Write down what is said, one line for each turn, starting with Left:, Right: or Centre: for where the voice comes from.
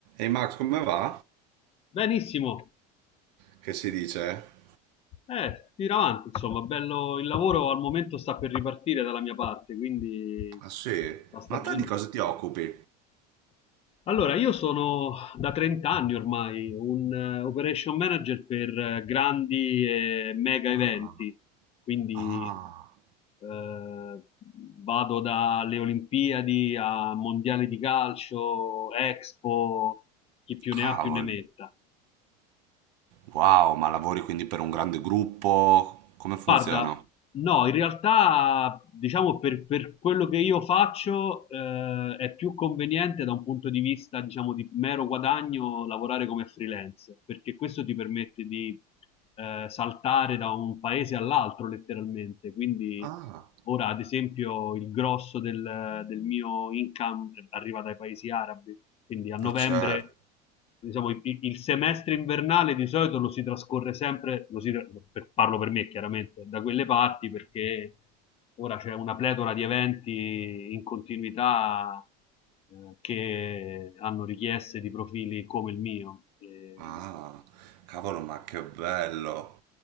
Right: Ehi Max, come va?
Left: Benissimo,
Right: Che si dice?
Left: eh, tira avanti, insomma, bello, il lavoro al momento sta per ripartire dalla mia parte, quindi
Right: Ah sì,
Left: la stagione...
Right: ma te di cosa
Left: sta-
Right: ti occupi?
Left: Allora, io sono da 30 anni ormai un eh, operation manager per eh, grandi e mega eventi,
Right: Ah,
Left: quindi
Right: ah,
Left: eh, vado dalle Olimpiadi a mondiali di calcio, Expo, chi più
Right: cavolo.
Left: ne ha più ne metta.
Right: Wow, ma lavori quindi per un grande gruppo? Come funziona?
Left: Guarda, no, in realtà, diciamo, per, per quello che io faccio, eh, è più conveniente da un punto di vista, diciamo, di mero guadagno lavorare come freelance, perché questo ti permette di eh, saltare da un paese all'altro letteralmente. Quindi
Right: Ah,
Left: ora, ad esempio, il grosso del, del mio income arriva dai paesi arabi, quindi a novembre
Right: ma certo.
Left: diciamo, il, il semestre invernale di solito lo si trascorre sempre, lo si- per- parlo per me chiaramente, da quelle parti perché ora c'è una pletora di eventi in continuità eh, che hanno richieste di profili come il mio. E
Right: Ah, cavolo, ma che bello.